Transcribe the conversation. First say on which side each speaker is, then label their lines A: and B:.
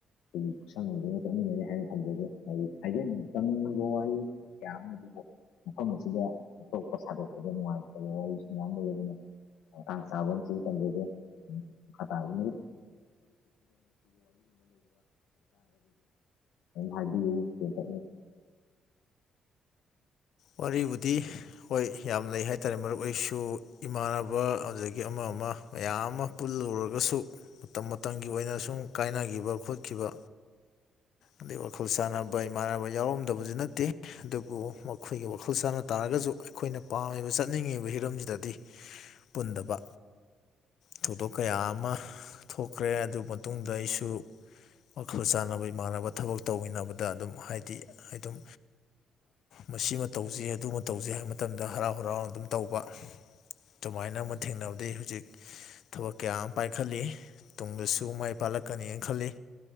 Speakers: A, on the left; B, on the left.
A: ꯑꯩ ꯈꯨꯠꯁꯝꯅꯗꯨꯅ ꯆꯠꯃꯤꯟꯅꯅꯤ ꯍꯥꯏꯅ ꯊꯝꯖꯒꯦ ꯍꯥꯏꯗꯤ ꯍꯥꯏꯖꯅꯤꯡ ꯇꯝꯅꯤꯡꯕ ꯋꯥꯍꯩ ꯀꯌꯥ ꯑꯃ ꯑꯗꯨ ꯃꯐꯝ ꯑꯁꯤꯗ ꯇꯣꯛꯄ ꯁꯥꯗꯣꯛꯄꯗ ꯅꯨꯡꯉꯥꯏꯇꯕ ꯋꯥꯔꯤꯁꯨ ꯃꯌꯥꯝ ꯂꯩꯔꯤꯅ ꯑꯥꯡ ꯆꯥꯕ ꯁꯤ ꯇꯖꯗꯦ ꯈ ꯐ ꯂꯩꯒ ꯍꯥꯏꯗꯤꯇ
B: ꯋꯥꯔꯤꯕꯨꯗꯤ ꯍꯣꯏ ꯌꯥꯝ ꯂꯩ ꯍꯥꯏ ꯇꯔꯦ ꯃꯔꯨ ꯑꯣꯏꯁꯨ ꯏꯃꯥꯟꯅꯕ ꯑꯗꯒꯤ ꯑꯃ ꯑꯃ ꯃꯌꯥꯝ ꯑꯃ ꯄꯨꯜꯂꯨꯔꯒꯁꯨ ꯃꯇꯝ ꯃꯇꯝꯒꯤ ꯑꯣꯏꯅ ꯁꯨꯝ ꯀꯥꯏꯅꯈꯤꯕ ꯈꯣꯠꯈꯤꯕ
A: ꯎ
B: ꯑꯗꯩ ꯋꯥꯈꯜ ꯁꯥꯟꯅꯕ ꯏꯃꯥꯟꯅꯕ ꯌꯥꯎꯔꯝꯗꯕꯁꯨ ꯅꯠꯇꯦ ꯑꯗꯨꯕꯨ ꯃꯈꯣꯏꯒꯤ ꯋꯥꯈꯜ ꯁꯥꯟꯅ ꯇꯥꯔꯒꯁꯨ ꯑꯩꯈꯣꯏꯅ ꯄꯥꯝꯃꯤꯕ ꯆꯠꯅꯤꯡꯉꯤꯕ ꯍꯤꯔꯝꯁꯤꯗꯗꯤ ꯄꯨꯟꯗꯕ ꯊꯧꯗꯣꯛ ꯀꯌꯥ ꯑꯃ ꯊꯣꯛꯈ꯭ꯔꯦ ꯑꯗꯨ ꯃꯇꯨꯡꯗ ꯑꯩꯁꯨ ꯋꯥꯈꯜ ꯆꯥꯅꯕ ꯏꯃꯥꯟꯅꯕ ꯊꯕꯛ ꯇꯧꯃꯤꯟꯅꯕꯗ ꯑꯗꯨꯝ ꯍꯥꯏꯗꯤ ꯑꯗꯨꯝ ꯃꯁꯤꯃ ꯇꯧꯁꯤꯩ ꯑꯗꯨꯃ ꯇꯧꯁꯤꯦ ꯍꯥꯏꯕ ꯃꯇꯝꯗ ꯍꯔꯥꯎ ꯍꯔꯥꯎꯅ ꯑꯗꯨꯝ ꯇꯧꯕ ꯑꯗꯨꯨꯃꯥꯏꯅ ꯑꯃ ꯊꯦꯡꯅꯕꯗꯒꯤ ꯍꯧꯖꯤꯛ ꯊꯕꯛ ꯀꯌꯥ ꯑꯃ ꯄꯥꯏꯈꯠꯂꯤ ꯇꯨꯡꯗꯁꯨ ꯃꯥꯏ ꯄꯥꯛꯂꯛꯀꯅꯤꯅ ꯈꯜꯂꯤ